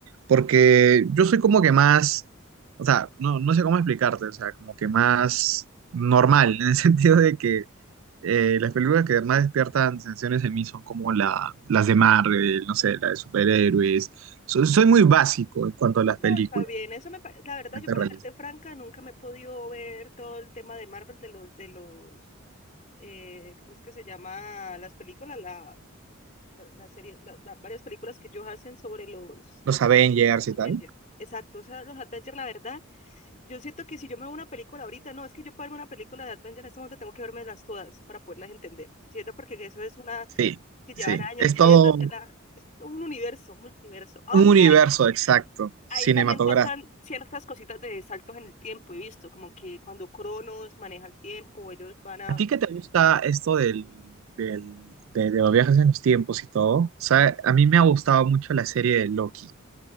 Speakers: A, on the right (about 70°); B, on the left (about 35°).
A: porque yo soy como que más, o sea, no, no sé cómo explicarte, o sea, como que más normal, en el <laughs> sentido de que eh, las películas que más despiertan sensaciones en mí son como la, las de Marvel, no sé, la de superhéroes. So- soy muy básico en cuanto a las
B: No,
A: películas
B: no, está bien. Eso me, pa- la verdad, yo
A: realmente
B: para serte franca, nunca me he podido ver todo el tema de Marvel, de los, de los, eh, ¿cómo es que se llama? Las películas, la, la, la serie, la- la- varias películas que ellos hacen sobre los
A: los Avengers y
B: Avengers.
A: tal.
B: Exacto, o sea, los Avengers, la verdad, yo siento que si yo me veo una película ahorita, no, es que yo para verme una película de Avengers en este momento tengo que vermelas todas para poderlas entender, ¿cierto? Porque eso es una
A: Sí,
B: que llevan
A: sí.
B: años
A: Es
B: viéndosela,
A: todo
B: es un universo, multiverso, Aunque.
A: Un universo exacto,
B: Ahí
A: cinematográfico.
B: también tocan ciertas cositas de saltos en el tiempo, he visto, como que cuando Cronos maneja el tiempo, ellos van a...
A: ¿A ti qué te gusta esto del, del- de, de los viajes en los tiempos y todo? O sea, a mí me ha gustado mucho la serie de Loki.